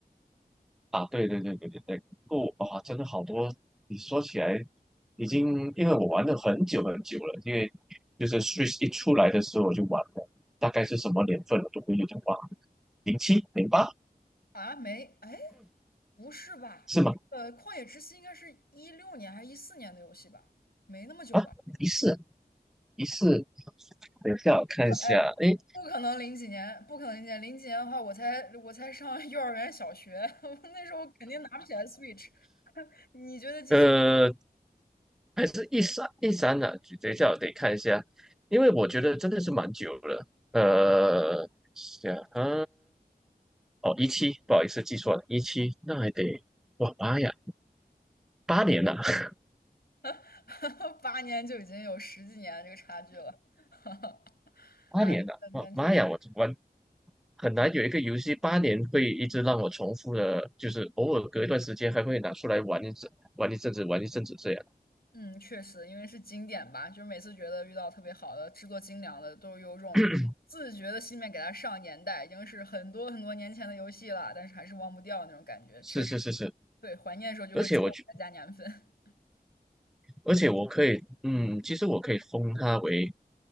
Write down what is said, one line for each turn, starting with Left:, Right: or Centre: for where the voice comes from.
Centre: 啊，对对对对对对，不啊，真的好多。你说起来，已经因为我玩了很久很久了，因为就是 Switch 一出来的时候我就玩了，大概是什么年份我都有点忘了，零七零八
Left: 啊，没，哎，不是吧？
Centre: 是吗？
Left: 这个《旷野之息》应该是一六年还是一四年的游戏吧？没那么久吧？
Centre: 啊，一四一四，等一下我看一下，
Left: 可哎，
Centre: 诶，
Left: 不可能零几年，不可能零几年，零几年的话，我才我才上幼儿园、小学，<laughs> 我那时候肯定拿不起来 Switch。<laughs> 你绝对记错
Centre: 呃，还是一三一三呢、等一下我得看一下，因为我觉得真的是蛮久了，呃，想啊，哦，一七，不好意思记错了，一七，那还得。哇妈呀！八年了，<laughs>
Left: 了，<laughs> 八年就已经有十几年这个差距了。<laughs>
Centre: 八年了，
Left: 啊，那确实，
Centre: 哇妈呀！我玩很难有一个游戏八年会一直让我重复的，就是偶尔隔一段时间还会拿出来玩一阵，玩一阵子，玩一阵子这样。
Left: 嗯，确实，因为是经典吧，就是每次觉得遇到特别好的、制作精良的，都有种自觉的心愿给它上年代，
Centre: <coughs>
Left: 已经是很多很多年前的游戏了，但是还是忘不掉那种感觉。确实，
Centre: 是是是是，
Left: 对，怀念的时候就会自动给它加年份。
Centre: 而且我觉，而且我可以，嗯，其实我可以封它为